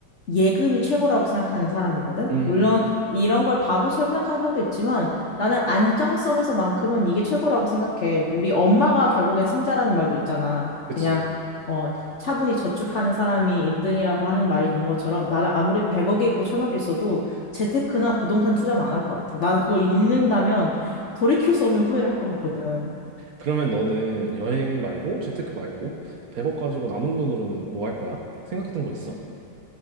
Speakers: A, on the left; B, on the right.
A: 예금이 최고라고 생각하는 사람이거든.
B: 음,
A: 물론
B: 음.
A: 이런 걸 바보처럼 생각하는 사람도 있지만 나는 안정성에서만큼은 이게 최고라고 생각해. 우리 엄마가 결국엔 승자라는 말도 있잖아.
B: 그치.
A: 그냥 어, 차분히 저축하는 사람이 1등이라고 하는 말이 있는 것처럼 나는 아무리 100억이 있고 1000억이 있어도 재테크나 부동산 투자는 안 할 것 같아. 나는 그걸 잃는다면 돌이킬 수 없는 후회를 할 것 같거든.
B: 그러면 너는 여행 말고 재테크 말고 100억 가지고 남은 돈으로는 뭐 할 거야? 생각했던 거 있어?